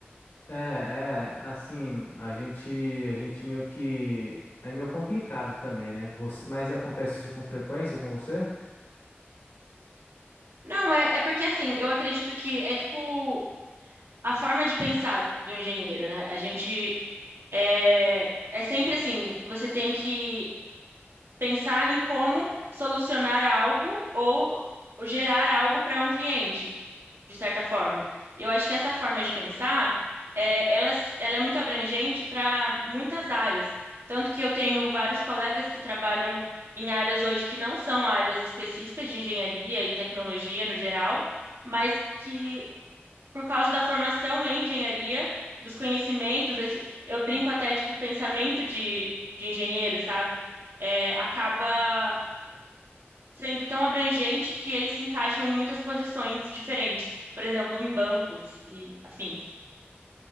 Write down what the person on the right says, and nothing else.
Não, é, é porque assim, eu acredito que é tipo a forma de pensar do engenheiro, né? A gente é, é sempre assim, você tem que pensar em como solucionar algo ou gerar algo para um cliente, de certa forma. Eu acho que essa forma de pensar, é, ela, s- ela é muito abrangente para muitas áreas. Tanto que eu tenho vários colegas que trabalham em áreas hoje que não são áreas específicas de engenharia e tecnologia no geral, mas que por causa da formação em engenharia, dos conhecimentos, esse, eu brinco até, tipo, pensamento de, de engenheiro, sabe? É, acaba sendo tão abrangente que eles se encaixam em muitas posições diferentes, por exemplo, em bancos e afins.